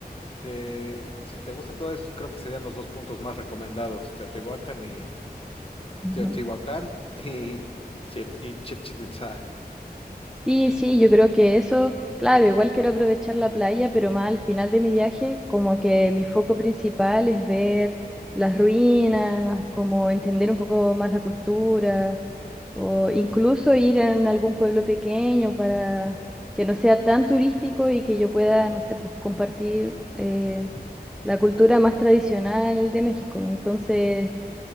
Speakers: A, on the left (about 35°); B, in the centre.
A: que si te gusta todo eso, creo que serían los dos puntos más recomendados, Teotihuacán y
B: ujú.
A: Teotihuacán <laughs> y, y, Che- y Chichén Itzá.
B: Sí, sí, yo creo que eso, claro, igual quiero aprovechar la playa, pero más al final de mi viaje, como que mi foco principal es ver las ruinas, como entender un poco más la cultura, o incluso ir en algún pueblo pequeño para que no sea tan turístico y que yo pueda, no sé, pues compartir eh, la cultura más tradicional de México. Entonces,